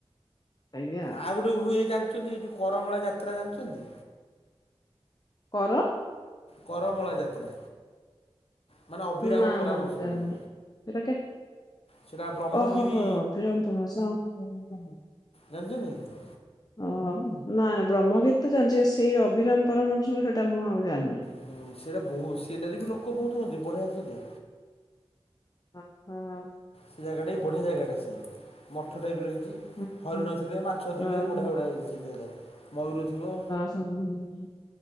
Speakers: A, on the left (about 40°); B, on the left (about 70°).
A: ଆଜ୍ଞା।
B: ଆଉ ଗୋ ହୁଏ ଜାଣିଚନ୍ତି ଯୋଉ କରମଳା ଯାତ୍ରା ଜାଣିଚନ୍ତି?
A: କର
B: କରମଳା ଯାତ୍ରା। ମାନେ ଅଭିରାମ
A: ନା
B: ପରାମର୍ଶଙ୍କର
A: ନା ମୁ ଜାଣିନି ସେଇଟା କେ
B: ସେଇଟା ବ୍ରହ୍ମଗିରି
A: ଓ ହୋ ହୋ ଅଭିରାମ ପରମହଂସ।
B: ଜାଣିଚନ୍ତି?
A: ଓ ହ ନା ନା ବ୍ରହ୍ମଗୀରି ତ ଜାଣିଚି ସେଇ ଅଭିରାମ ପରମହଂସ ବୋଲି ସେଟା ମୁଁ ଆଉ ଜାଣିନି।
B: ହୁଁ ସେଇଟା ବହୁତ୍ ସେଟାରେ ବି ଲୋକ ବହୁତୁ ହୁଅନ୍ତି ବଢିଆ ସେଠି
A: ହଁ ହଁ।
B: ସେ ଜାଗାଟା ବି ବଢ଼ିଆ ଜାଗାଟା ସେ ମଠ ଟାଇପ୍ ର ହେଇଚି।
A: ହୁଁ।
B: ହରିଣ ଥିବେ ମାଛ
A: ଓହୋ
B: ଥିବେ ବଢିଆ ବଢିଆ ସେ ଯାଗାରେ ମୟୂର ଥିବ।
A: ହଁ ହଁ।